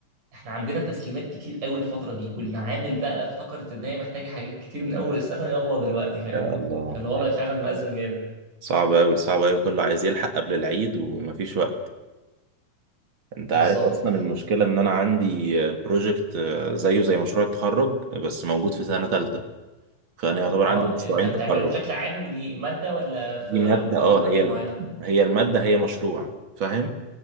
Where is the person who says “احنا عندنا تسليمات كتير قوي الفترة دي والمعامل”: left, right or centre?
Right